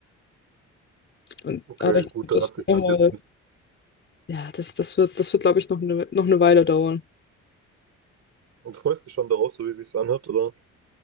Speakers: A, on the left; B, on the right.
A: Und,
B: Okay,
A: aber ich
B: gut,
A: glaube,
B: dann
A: das
B: hat sich
A: wird nochmal,
B: das jetzt nicht.
A: ja, das, das wird, das wird, glaube ich, noch eine, noch eine Weile dauern.
B: Und freust dich schon darauf, so wie sich's anhört, oder?